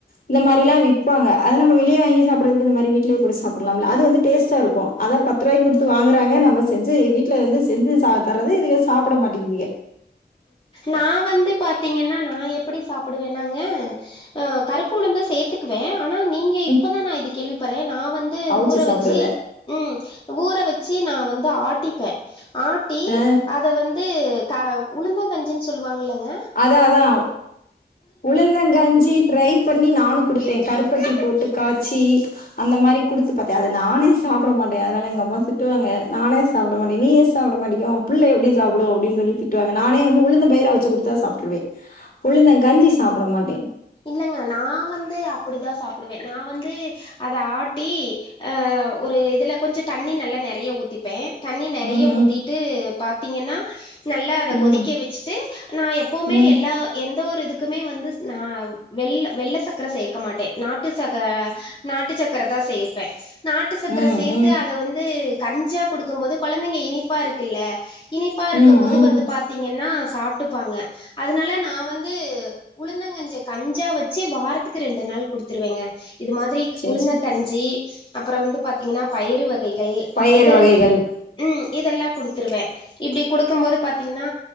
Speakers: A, on the left; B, on the left.
A: இந்த மாரிலா விப்பாங்க அத நம்ம வெளிய வாங்கி சாப்பறதுக்கு இந்த மாரி வீட்லயே கூட ச சாப்டலாம்ல அது வந்து டேஸ்ட்டா இருக்கு அத பத்து ரூவாய கொடுத்து வாங்குறாங்க நம்ம செஞ்சு வீட்ல வந்து செஞ்சு தர்றத இதுக சாப்பிட மாட்டங்கீதுக
B: நா வந்து பாத்தீங்கன்னா நா எப்படி சாப்பிடுவேனாங்க அ கருப்பு உளுந்து சேத்துக்குவே ஆனா நீங்க
A: ம்
B: இப்பதா நா இது கேள்விப்படுறே நா வந்து
A: அவுச்சு
B: ஊற
A: சாப்புட்றத
B: வச்சு ம் ஊற வச்சி நா வந்து ஆட்டிப்பே ஆட்டி
A: அ
B: அத வந் து க உளுந்தங்கஞ்சின்னு சொல்லுவாங்கில்லங்க
A: அதா அதா உளுந்தங்கஞ்சி ட்ரைப் பண்ணி நானு கொடுத்தே கருப்பட்டி போட்டு காய்ச்சி அந்த மாரி குடுத்து பாத்தே அத நானே சாப்பட மாட்டே அதனால எங்க அம்மா திட்டுவாங்க நானே சாப்பிட மாட்ட நீ ஏ சாப்டமாட்டிகே ஒ புள்ள எப்டி சாப்டு அப்டின்னு சொல்லி திட்டுவாங்கா நானே வந்து உழுந்த பயரா அவிச்சி கொடு த்தா சாப்ட்ருவே உழுந்த கஞ்சி சாப்பிட மாட்டே
B: இல்லங்க நா வந்து அப்படி தா சாப்பிடுவே நா வந்து அத ஆட்டி அ ஒரு இதுல கொஞ்சோ தண்ணி நல்லா நெறைய ஊத்திப்பே தண்ணி நெறைய
A: ம்
B: ஊத்திட்டு பாத்திங்கன்னா நல்லா அத
A: ம்
B: கொதிக்க வச்சுட்டு நா எப்பவுமே
A: ம்
B: எல்லா எந்த ஒரு இதுக்குமே வந்து ந வெள்ள வெள்ள சர்க்கர சேக்க மாட்டே நாட்டு சர்க்கர நாட்டு சக்கர தா சேப்பே நாட்டு சர்க்கர
A: ம்
B: சேத்து
A: ம்
B: அத வந்து கஞ்சா குடுக்கும் போது குழந்தைங்க இனிப்பா இருக்குல்ல இனிப்பா இருக்கும்போது
A: ம் ம்
B: வந்து பாத்திங்கன்னா சாப்ட்டுப்பாங்க அதனால நா வந்து உளுந்தங்கஞ்ச கஞ்சா வச்சு வாரத்துக்கு ரெண்டு நாள் குடுத்துருவேங்க இது மாதிரி
A: சேரி
B: உளுந்த
A: சேரி
B: கஞ் சி அப்புறோ வந்து பாத்தீங்கன்னா பயிரு வகைகள்
A: பயறு
B: இதெல்லா
A: வகைகள்
B: ம் இதெல்லா குடுத்துருவே இப்டி குடுக்கும் போது பாத்தீங்கன்னா